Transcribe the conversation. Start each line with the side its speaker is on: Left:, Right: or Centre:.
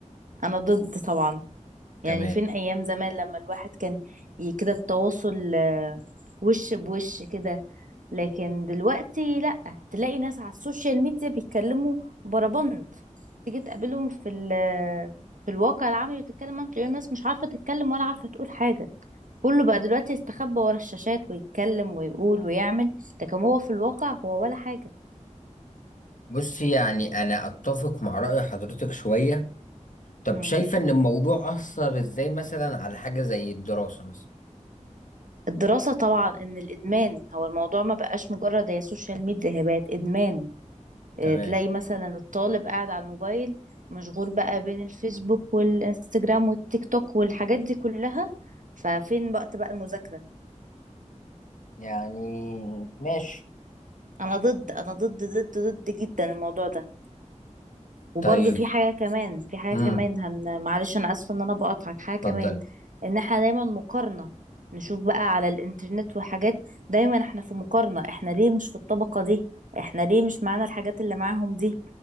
Right: انا ضد طبعا
Left: تمام
Right: يعني فين ايام زمان لما الواحد كان ي- كده التواصل آه، وش بوش كده لكن دلوقتي لا تلاقي ناس على السوشيال ميديا بيتكلموا بربنت تيجي تقابلهم في ال آه، في الواقع العملي وتتكلم معاهم تلاقي الناس مش عارفة تتكلم ولا عارفة تقول حاجة كله بقى دلوقتي يستخبى ورا الشاشات ويتكلم ويقول ويعمل لكن هو في الواقع هو ولا حاجة
Left: بصي يعني انا اتفق مع رأي حضرتك شوية طب
Right: مم.
Left: شايفة ان الموضوع أثر ازاي مثلا على حاجة زي الدراسة مثلا
Right: الدراسة طبعا ان الادمان هو الموضوع ما بقاش مجرد هي سوشيال ميديا هي بقت ادمان آه،
Left: تمام
Right: تلاقي مثلا الطالب قاعد على الموبايل مشغول بقى بين الفيسبوك والانستجرام والتيك توك والحاجات دي كلها ففين وقت بقى المذاكرة
Left: يعني ماشي
Right: انا ضد انا ضد ضد ضد جدا الموضوع ده وبرضه
Left: طيب
Right: في حاجة كمان في حاجة
Left: امم
Right: كمان هن... معلش انا اسفة ان انا بقطعك حاجة كمان
Left: اتفضل
Right: ان احنا دايما مقارنة نشوف بقى على الانترنت وحاجات دايما احنا في مقارنة احنا ليه مش في الطبقة دي احنا ليه مش معانا الحاجات اللي معاهم دي